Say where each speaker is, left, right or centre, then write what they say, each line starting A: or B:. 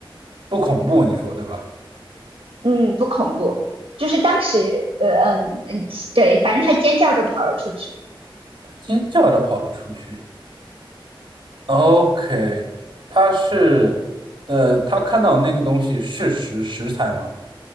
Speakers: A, on the right; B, on the right.
A: 不恐怖，你说对吧？
B: 嗯，不恐怖，就是当时，呃嗯嗯，对，反正他尖叫着跑了出去，
A: 他尖叫着跑了出去。OK，他是呃，他看到那个东西是食食材吗？